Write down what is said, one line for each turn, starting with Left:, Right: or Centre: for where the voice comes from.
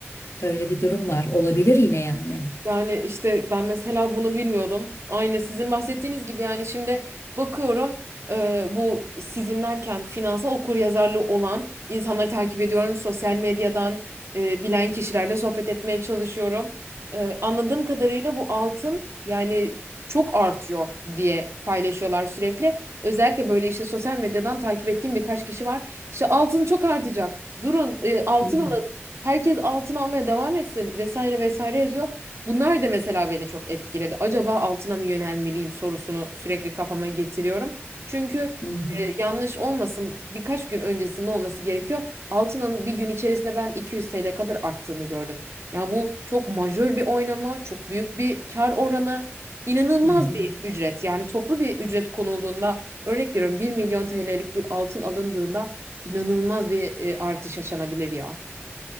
Left: Öyle bir durum var. Olabilir yine yani.
Right: Yani işte ben mesela bunu bilmiyordum. Aynı sizin bahsettiğiniz gibi yani şimdi bakıyorum e, bu sizin derken finansal okuryazarlığı olan insanları takip ediyorum. Sosyal medyadan e, bilen kişilerle sohbet etmeye çalışıyorum. E, anladığım kadarıyla bu altın yani çok artıyor diye paylaşıyorlar sürekli. Özellikle böyle işte sosyal medyadan takip ettiğim birkaç kişi var. İşte altın çok artacak. Durun e, altın
Left: Hı hı,
Right: alın. Herkes altın almaya devam etsin vesaire vesaire yazıyor. Bunlar da mesela beni çok etkiledi. Acaba altına mı yönelmeliyim sorusunu sürekli kafama getiriyorum. Çünkü
Left: hı hı,
Right: e, yanlış olmasın birkaç gün öncesinde olması gerekiyor. Altının bir gün içerisinde ben 200 TL kadar arttığını gördüm. Yani bu çok majör bir oynama, çok büyük bir kar oranı, inanılmaz
Left: hı hı.
Right: bir ücret. Yani toplu bir ücret konulduğunda örnek veriyorum bir milyon TL'lik bir altın alındığında İnanılmaz bir e, artış yaşanabilir ya.